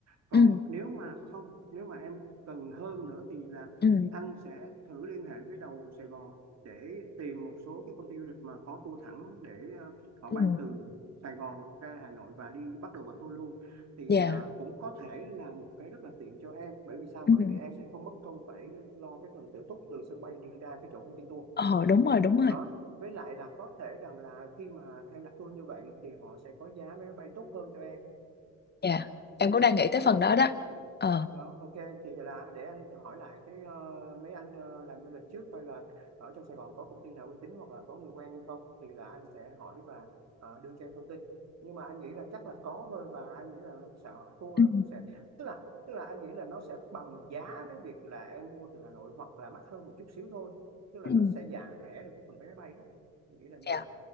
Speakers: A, on the right (about 60°); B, on the left (about 35°).
A: còn
B: ừ
A: nếu mà không nếu mà em cần hơn nữa thì là
B: ừ
A: anh sẽ thử liên hệ với đầu Sài Gòn để tìm một số cái công ty du lịch mà có tour thẳng để ờ, họ
B: Ừ.
A: bay từ Sài Gòn ra Hà Nội và đi bắt đầu vào tour luôn thì
B: Dạ.
A: ờ, cũng có thể là một cái rất là tiện cho em bởi vì sao
B: Ừ.
A: bởi vì em sẽ không mất công phải lo cái phần tự túc từ sân bay đi ra cái chỗ công ty tour
B: Ờ đúng rồi, đúng
A: đó
B: rồi.
A: với lại là có thể rằng là khi mà em đặt tour như vậy thì họ sẽ có giá vé máy bay tốt hơn cho em
B: Dạ. Em cũng đang nghĩ tới
A: ừ.
B: phần đó đó. Ờ.
A: đó ok thì là để anh hỏi lại cái ờ, mấy anh ờ, làm du lịch trước coi là ở trong Sài Gòn có công ty nào uy tín hoặc là có người quen hay không thì là anh sẽ hỏi và ờ, đưa cho em thông tin nhưng mà anh nghĩ là chắc là có thôi và anh nghĩ là nó sẽ tour
B: Ừ.
A: nó cũng sẽ tức là tức là anh nghĩ là nó sẽ bằng giá với việc là em mua từ Hà Nội hoặc là mắc hơn một chút xíu thôi tức là
B: Ừ.
A: nó sẽ giả rẻ được cái phần vé máy bay đó anh nghĩ là như
B: Dạ.
A: vậy